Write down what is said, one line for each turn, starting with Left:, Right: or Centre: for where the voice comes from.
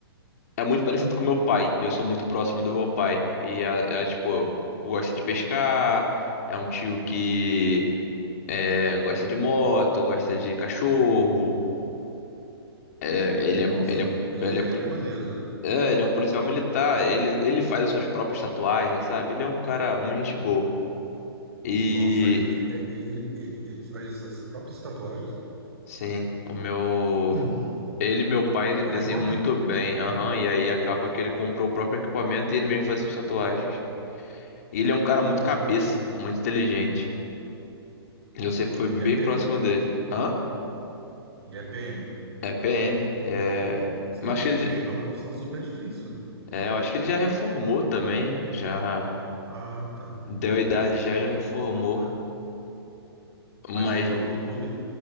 Left: é muito parecido com meu pai, e eu sou muito próximo do meu pai. E é, é, tipo, gosta de pescar, é um tio que é, gosta de moto, gosta de cachorro. É, ele é,
Right: Nossa,
Left: ele é,
Right: ele,
Left: ele
Right: ele
Left: é
Right: é bem maneiro, né?
Left: É, ele é um policial militar, ele, ele faz as suas próprias tatuagens, sabe? Ele é um cara muito gente boa. E
Right: Nossa, ele, é- é- ele, ele, ele faz as próprias tatuagens.
Left: sim, o meu.
Right: Hum, o
Left: Ele e meu pai
Right: cara
Left: desenham
Right: é bom,
Left: muito
Right: hein?
Left: bem, aham, e aí acaba que ele comprou o próprio equipamento e ele mesmo faz suas tatuagens. E ele é um cara
Right: Que
Left: muito
Right: doido.
Left: cabeça, muito inteligente. E Eu sempre fui bem
Right: E é PM.
Left: próximo dele. Hã?
Right: E é PM.
Left: É PM. É.
Right: Você
Left: Mas
Right: vê
Left: acho que
Right: que
Left: ele...
Right: PM é uma profissão super difícil, né?
Left: é, eu acho que ele já reformou também, já
Right: Ah, tá.
Left: deu a idade, já já reformou. Mas
Right: Mas ele é de motoclube?